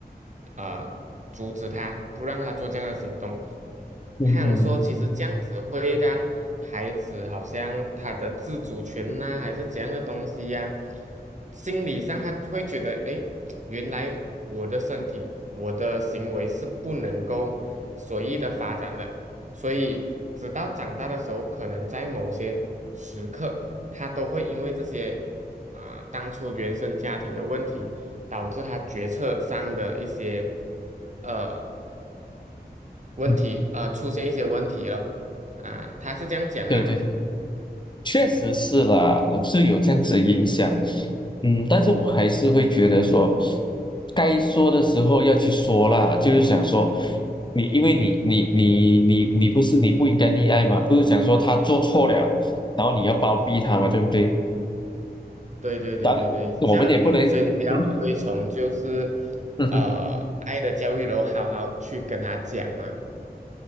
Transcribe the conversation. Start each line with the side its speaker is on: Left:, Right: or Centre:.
Right: 呃阻止他，不让他做这样的行动。
Left: 嗯哼，
Right: 他想说，其实这样子会让孩子好像他的自主权呐、还是怎样的东西呀、心理上他会觉得，诶，原来我的身体、我的行为是不能够随意的发展的，所以直到长大的时候，可能在某些时刻，他都会因为这些。啊、当初原生家庭的问题，导致他决策上的一些呃问题，
Left: 嗯哼，
Right: 呃出现一些问题了啊、他是这样讲啦，
Left: 对对对。确实是啦，是有这样子的影响。嗯，但是我还是会觉得说，该说的时候要去说啦，就是想说，你因为你你你你你不是你不应该溺爱嘛，
Right: 嗯
Left: 不是想说他做错了，然后你要包庇他嘛，
Right: 嗯，
Left: 对不对？
Right: 对对对对对，
Left: 当然，我们也不能，
Right: 这样你，所以你比较推崇就是
Left: 嗯嗯哼，
Right: 呃爱的教育，然后好好去跟他讲嘛，